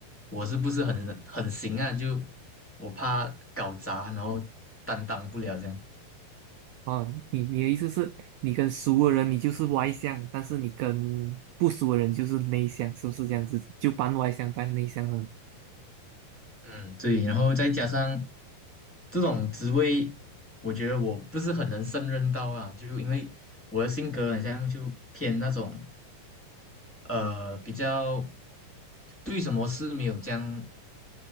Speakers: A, in the centre; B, on the right.
A: 我是不是很很行啊？就我怕搞砸，然后担当不了这样。
B: 哦，你你的意思是，你跟熟的人你就是外向，但是你跟不熟的人就是内向，是不是这样子？就半外向半内向了。
A: 嗯，对，然后再加上这种职位，我觉得我不是很能胜任到啊，就因为我的性格很像就偏那种呃比较对什么事没有这样